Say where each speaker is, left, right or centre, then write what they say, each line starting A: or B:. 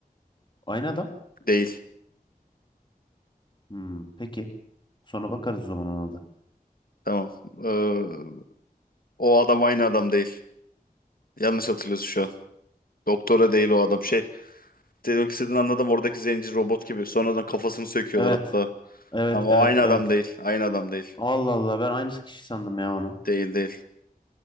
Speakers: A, on the left (about 30°); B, on the left (about 70°).
A: Aynı adam.
B: Değil.
A: Hmm, peki. Sonra bakarız o zaman ona da.
B: Tamam. Ee, o adam aynı adam değil. Yanlış hatırlıyorsun şu an. Doktora değil o adam. Şey, demek istediğini anladım. Oradaki zenci robot gibi. Sonradan kafasını söküyorlar
A: Evet.
B: hatta.
A: Evet,
B: Ama
A: evet,
B: o aynı adam
A: evet.
B: değil. Aynı adam değil.
A: Allah Allah ben aynı kişi sandım ya onu.
B: Değil değil.